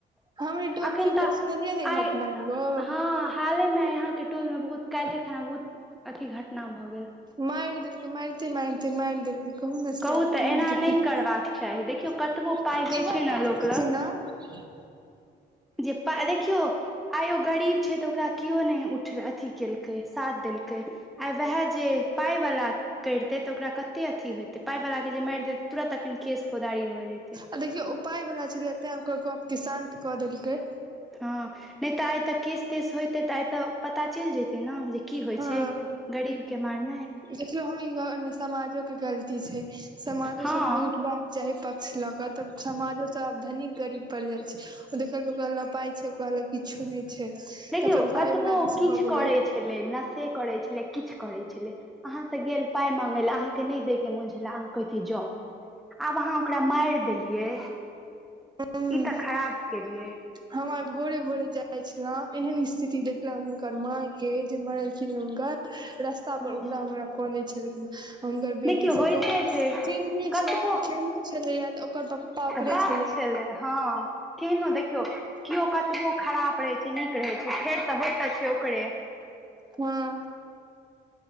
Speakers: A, on the right (about 20°); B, in the centre.
A: हम इ टोल
B: अखन
A: मे एकटा
B: तऽ
A: सुनलियै ने
B: आइ
A: घटना एगो
B: हँ हाले में यहा के टोल में बहुत काल्हि ए खना बहुत अथी घटना भऽ गेल
A: मैर देलकै मैरते मैरत्ते मैर देलकै कहु ने से
B: कहू
A: स
B: तऽ
A: के
B: एना
A: कि
B: नहि
A: इहे
B: करबाक चाही देखियौ कतबो पाइ होइ छै ने
A: द्वारे
B: लोक
A: तऽ कहै छी न <unintelligible>
B: जेपा देखियौ आइ ओ गरीब छै तऽ ओकरा केयो नहि उठ अथी केलकै साथ देलकै आ वएह जे पाय वाला करितै तऽ ओकरा कते अथी होेइतै पाइ वला के जे मारि देतै तुरत एखन केश फौदारीऽ भ जेइतै
A: अ देखियौ उ पाय बला छलै तेँ गपके शान्त कऽ देलकै
B: हँ नहि तऽ आइ तऽ केश तेस होयते तऽ आइ तऽ पता चलि जते ने जे की होइ
A: हँ
B: छै गरीब के मारनाइ
A: देखियौ हम ई गमे समाजो के गलती छै समाजो
B: हँ
A: सब के उठबाक चाहे पक्ष ल क तब समाजो सब चाहे पक्ष ल क त समाजो त आाव धनी गरीब पड़ जाइ छै ओ देखल के ओकरा ल पाय छै ओकरा ल किछु नहि छै तऽ
B: देखियौ
A: अपन पाइ
B: कतबो
A: वला दिस
B: किछु
A: भऽ गेलै
B: करै छै छलै नसे करै छलै किछु करै छलै अहाँ से गेल पाय मांगे लए अहाँ के नहि देक् मुझ्ला अहाँ कहै छी जोउ आब अहाँ ओकरा मारि देलियै
A: हूँ,
B: ई तऽ खराब केलियै
A: हम आइ भोरे भोरे जाय छलहुँ एहन स्थिति देखलनि हुनकर मायेँ के जे मरलखिन हुनकर रस्ता
B: हँ
A: पर उ्ड़रा उ्ड़रा कने छलै हुनकर बेटीसभ
B: देखियौ होइते
A: कहू
B: छै
A: केहने
B: कतबो
A: छ केहने छलैय त ओकर पप्पा ओकरे
B: बाप
A: छलैया
B: छलै हँ केहन देखियौ केओ कतबो खराब रहै छै नीक रहै छै फेर तऽ होइ त छै ओकरे
A: हँ